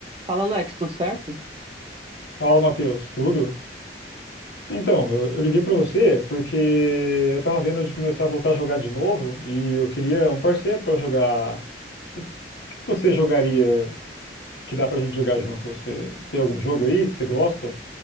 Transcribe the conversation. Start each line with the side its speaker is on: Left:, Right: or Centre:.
Right: Fala, Alex, tudo certo?
Left: Fala, Matheus, tudo? Então, eu, eu liguei pra você porque eu tava vendo de começar a voltar a jogar de novo e eu queria um parceiro pra jogar. O que você jogaria que dá pra gente jogar junto? Você tem algum jogo aí que você gosta?